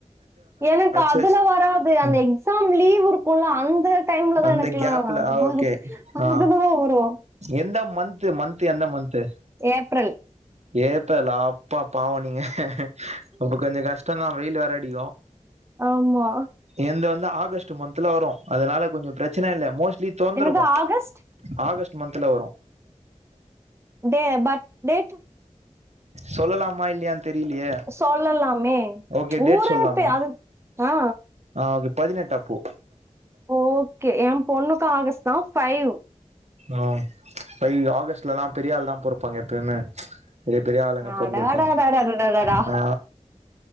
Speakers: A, on the right; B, on the right.
A: எனக்கு அதுல
B: சர்ச்
A: வராது அந்த
B: ம்
A: எக்ஸாம் லீவ் இருக் குல்ல அந்த டைம்ல தா
B: அந்த
A: எனக்கெல்லா
B: கேப்ல
A: வரும்
B: ஆ ஓகே
A: அதுதா
B: ஆ
A: வரும்
B: எந்த மந்த்த் மந்த்த் எந்த மந்த்து
A: ஏப்ரல்
B: ஏப்ரலா அப்பா பாவோ நீங்க அப்ப கொஞ்ச கஷ்டந்தா வெயில் வேறடிக்கும்
A: ஆமா
B: எந்து வந்து ஆகஸ்ட் மன்த்ல வரும் அதனால கொஞ்சொ பிரச்சன இல்ல மோஸ்ட்லி தோந்துருக்கும்
A: என்னது ஆகஸ்ட்?
B: ஆகஸ்ட் மந்த்த்ல வரும்
A: <unintelligible>
B: சொல்லலாமா இல்லையான்னு தெரியலையே
A: சொல்லலாமே
B: ஓகே டேட்
A: ஊரவிட்டே
B: சொல்லாமா
A: அது அ
B: ஆ ஓகே பதினெட்டு அப்போ
A: ஓகே என் பொண்ணுக்கு ஆகஸ்ட் தா ஃபைவ்
B: ஆ இப்ப இங்க ஆஃபிஸ்லலா பெரிய ஆள் தா பொறப்பாங்க எப்பயுமே பெரிய பெரிய ஆளுங்க பொறந்திர்க்காங்க
A: அடாடாடாடாடாடாடா
B: ஆ